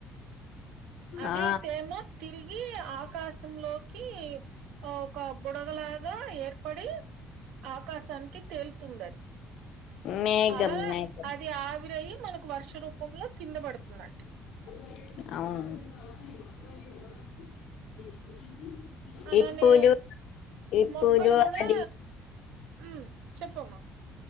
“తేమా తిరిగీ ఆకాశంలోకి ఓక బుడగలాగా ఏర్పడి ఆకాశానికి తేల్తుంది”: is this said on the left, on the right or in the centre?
Right